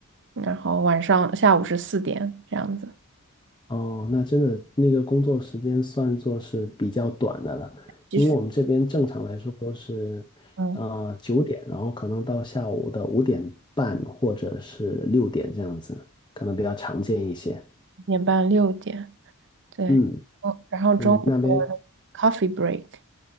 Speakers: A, on the right; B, on the left.
A: 然后晚上下午是四点这样子，
B: 哦，那真的那个工作时间算作是比较短的了，
A: 其实，
B: 因为我们这边正常来说都是，
A: 嗯，
B: 呃，九点，然后可能到下午的五点半或者是六点这样子，可能比较常见一些。
A: 五点半六点，对，
B: 嗯，
A: 嗯，然后中午
B: 那你们那边
A: 的 coffee break，